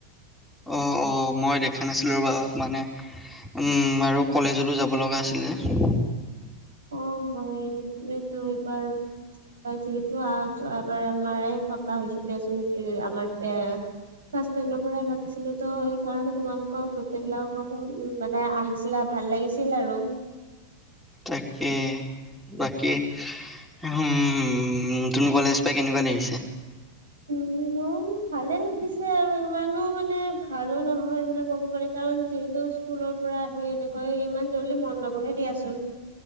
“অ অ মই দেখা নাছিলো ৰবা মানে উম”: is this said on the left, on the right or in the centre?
Centre